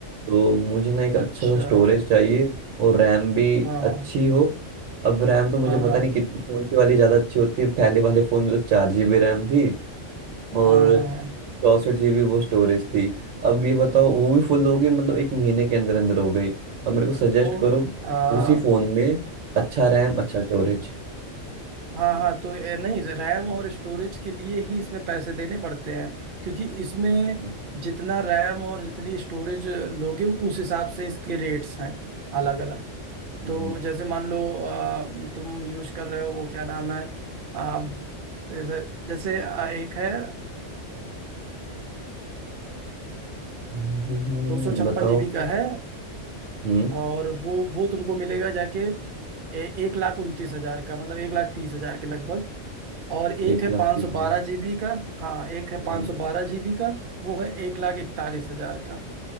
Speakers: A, on the right; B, on the right.
A: तो मुझे ना एक अच्छा
B: अच्छा
A: सा स्टोरेज चाहिए और रैम भी
B: हाँ
A: अच्छी
B: हाँ
A: हो अब रैम तो मुझे
B: हाँ
A: पता
B: हाँ
A: नहीं कितनी कौन सी वाली ज़्यादा अच्छी होती है पहले वाले फ़ोन में तो चार जी बी रैम थी और
B: हाँ हाँ हाँ
A: चौंसठ जीबी वो स्टोरेज थी अब ये बताओ वो भी फुल हो गई मतलब एक महीने के अंदर अंदर हो गई अब मेरे को सजेस्ट
B: तो
A: करो
B: आ,
A: उसी फोन में अच्छा
B: हाँ
A: रैम अच्छा स्टोरेज
B: हाँ हाँ तो ये नहीं रैम और स्टोरेज के लिए ही इसमें पैसे देने पड़ते हैं क्योंकि इसमें
A: हम्म,
B: जितना रैम और जितनी स्टोरेज लोगे उस हिसाब से इसके रेट्स हैं अलग अलग
A: हम्म,
B: तो जैसे मान लो अ, तुम यूज कर रहे हो वो क्या नाम है अ, जैसे जैसे अ, एक है
A: हम्म,
B: दो सौ छप्पन
A: <laughs> बताओ
B: जीबी
A: कि-
B: का है
A: हम्म
B: और वो वो तुमको मिलेगा जाके ए, एक लाख उनतीस हजार का मतलब एक लाख तीस हजार के लगभग और एक
A: एक
B: है
A: लाख
B: पाँच
A: तीस
B: सौ बारह
A: हजार
B: जीबी का हाँ एक है
A: हम्म,
B: पाँच सौ बारह जीबी का वो है एक लाख इकतालीस हजार का